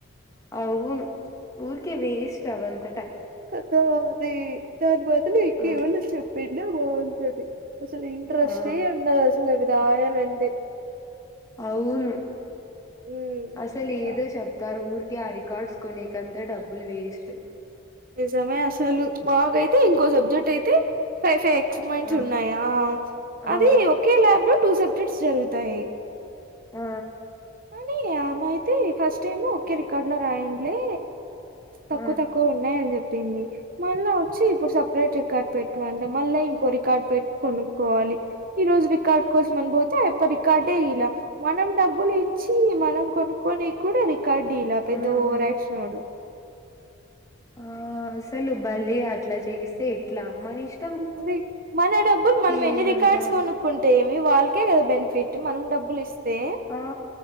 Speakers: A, on the left; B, on the right.
A: అవున్ ఊర్కె వేస్ట్ అవంత
B: కదా అదీ దాని బదులు ఇకేవన్న
A: ఆ
B: చెప్పింటే బాగుంటది అసలు ఇంట్రెస్టే
A: ఆ,
B: ఉండదు అసలు అవి రాయాలంటే
A: అవున్
B: ఉమ్
A: అసలు ఏదో
B: ఆ
A: చెప్తారు ఊరికే ఆ రి కార్డ్స్ కొనీకంతా డబ్బులు వేస్ట్
B: నిజమే అసలు మాకైతే ఇంకో సబ్జెక్ట్ అయితే ఫైవ్ ఫైవ్ ఎక్స్మెంట్స్
A: ఆ
B: ఉన్నాయా, అదీ
A: ఆ
B: ఒకే ల్యాబ్ లో టూ సబ్జెక్ట్స్ జరుగుతాయి.
A: ఆ
B: కానీ ఆమయితే ఫస్ట్ టైమ్ ఒకే రికార్డ్లో రాయండ్లే తక్కువ
A: ఆ
B: తక్కువ ఉన్నాయని చెప్పింది మళ్ళా వచ్చి ఇప్పుడు సపరేట్ రికార్డ్ పెట్టు అంటే మళ్ళా ఇంకొ రి కార్డ్ పెట్ కొనుక్కోవాలి, ఈ రోజు రికార్డ్ కోసం అని బోతే అప్ప రికార్డే ఇయలా. మనం డ అబ్బులు ఇచ్చీ మనం కొనుక్కొని కూడా రికార్డ్ ఇయలా పెద్ద
A: ఆ
B: ఓవర్
A: ఆ
B: యాక్షనోడు.
A: ఆ అసలు భలే అట్లా చేస్తే ఎట్లా మనీష్
B: అదే మన డబ్బులు మనం ఎన్ని
A: ఏమంత
B: రికార్డ్స్ కొనుక్కుంటే ఏమి, వాళ్ళకే కదా బెనిఫిట్ మనం డ. అబ్బులు ఇస్తే
A: ఆ